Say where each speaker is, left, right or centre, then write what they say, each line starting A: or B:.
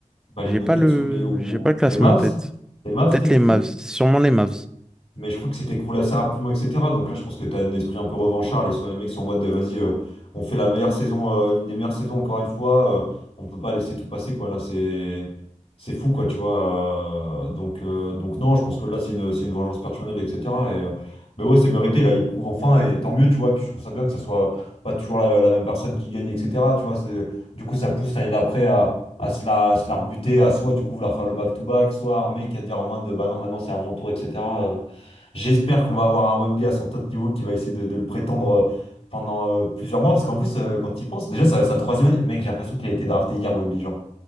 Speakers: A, on the left (about 50°); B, in the centre.
A: bah, les
B: j'ai
A: Nuggets
B: pas le,
A: ou les, ou
B: j'ai pas le classement
A: les Mavs?
B: en tête.
A: Les Mavs,
B: Peut-être
A: peut-être,
B: les
A: du
B: Mavs,
A: coup?
B: sûrement les Mavs.
A: Mais je crois que c'était écroulé assez rapidement, etc. Donc là, je pense que tu as un esprit un peu revanchard. Les, les mecs sont en mode, vas-y, euh, on fait la meilleure saison, euh, une des meilleures saisons encore une fois. euh, on peut pas laisser tout passer, quoi. Là, c'est c'est fou, quoi, tu vois. euh, donc, euh, donc non, je pense que là, c'est une, c'est une vengeance personnelle, etc. Et, euh, mais ouais, c'est mérité. Là, ils prouvent enfin, et tant mieux, tu vois. Et puis je trouve ça bien que ça soit pas toujours la, la même personne qui gagne, etc. Tu vois, c'est, du coup, ça pousse l'année d'après à, à se la, à se la rebuter, à soit, du coup, vouloir faire le back-to-back, soit un mec à dire en mode, bah non, maintenant, c'est à mon tour, etc. J'espère qu'on va avoir un Wemby à son top niveau qui va essayer de, de le prétendre euh, pendant euh, plusieurs mois. Parce qu'en plus, euh, quand il pense, déjà, ça va être sa troisième année. Mec, j'ai l'impression qu'il a été drafté hier, Wemby, genre.